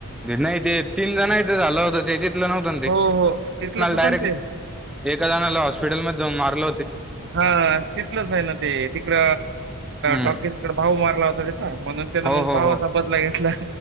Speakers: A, in the centre; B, on the right.
A: नाही ते तीन जण इथं झालं होत तेथ न्हत
B: हो हो तिथलंच होत
A: डायरे
B: ना ते
A: एला हॉस्पिटल म मारल
B: हा तिथलंच आहे ना ते तिकड
A: हम्म
B: टॉकीसकडे भाऊ मारला होता त्याचा न त्यान
A: हो
B: मग
A: हो
B: भावाचा
A: हो
B: बदला घेतला